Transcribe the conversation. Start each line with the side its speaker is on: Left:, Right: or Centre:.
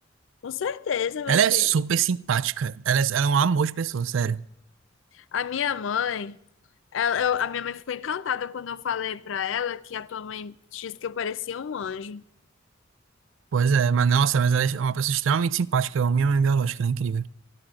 Left: com certeza, meu
Right: Ela
Left: filho.
Right: é super simpática. Ela é, ela é um amor de pessoa, sério.
Left: A minha mãe. Ela- eu- a minha mãe ficou encantada quando eu falei pra ela que a tua mãe disse que eu parecia um anjo.
Right: Pois é, mas nossa, mas ela é uma pessoa extremamente simpática. Eu amo minha mãe biológica, ela é incrível.